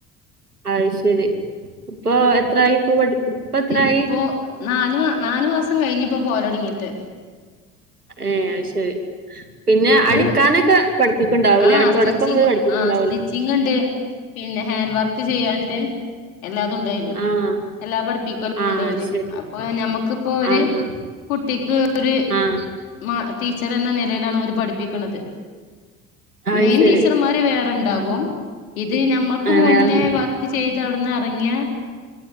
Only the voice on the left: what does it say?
ഇപ്പോ നാലു മാ, നാലു മാസം കഴിഞ്ഞിപ്പോ ഇപ്പോ പോകലു തുടങ്ങിയിട്ട്
അത്
ആഹ്
സ്റ്റിച്ചിങ്
ആഹ് സ്റ്റിച്ചിങ് ഇണ്ട് പിന്നെ ഹാൻഡ് വർക്ക് ചെയ്യാൻ ല്ലത്, എല്ലാതും ഉണ്ടായി
എല്ലാ പഠിപ്പിക്കല്ലുംണ്ട്
അവര്
അപ്പൊ ഞമ്മുക്ക്പ്പോ ഒര്
കുട്ടിക്ക് ഒരു
മ ടീച്ചർ എന്ന നിലയിലാണ് അവര് പഠിപ്പിക്കണത്
മെയിൻ
ടീച്ചറ്മാര് വേറെ ഉണ്ടാകും ഇത് ഞമ്മൾക്ക്
മുന്നേ
വർക്ക് ചെയ്ത് അവിടുന്ന് ഇറങ്ങിയ